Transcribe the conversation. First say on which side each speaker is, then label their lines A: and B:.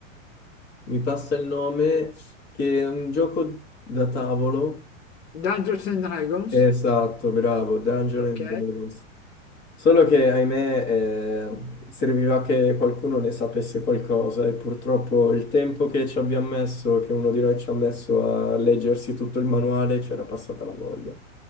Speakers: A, on the left (about 25°); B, on the left (about 55°).
A: Mi passa il nome, che è un gioco da tavolo
B: Dungeons and Dragons?
A: Esatto, bravo, Dungeons
B: Ok.
A: and Dragons. Solo che, ahimè, eh, serviva che qualcuno ne sapesse qualcosa e purtroppo il tempo che ci abbiamo messo, che uno di noi ci ha messo a leggersi tutto il manuale, c'era passata la voglia.